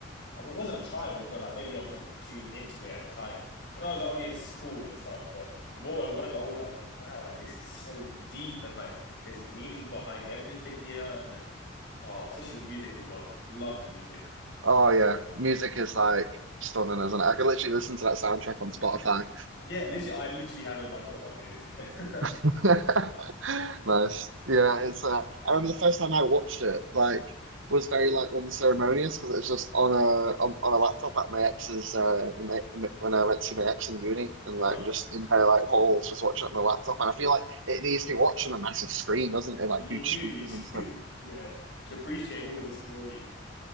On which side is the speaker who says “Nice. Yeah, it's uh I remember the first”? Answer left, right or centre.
Right